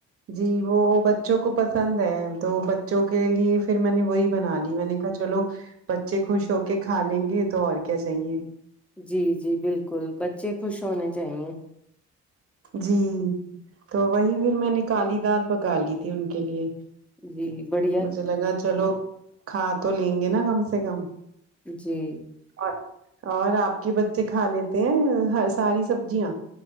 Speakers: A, on the right; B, in the centre.
A: جی وہ بچ بچوں کو پسند ہے تو بچوں کے لیے پھر میں نے وہی بنا لی میں نے کہا چلو بچے خوش ہو کے کھا لیں گے تو اور کیا چاہیے
B: جی جی بالکل بچے خوش ہونے چاہیے
A: جی تو وہی پھر میں نے کالی دال پکا لی تھی ان کے لیے
B: جی بڑی
A: مجھے لگا چلو کھا تو لیں گے نا کم سے کم
B: جی
A: اور اور آپ کے بچے کھا لیتے ہیں ساری سبزیاں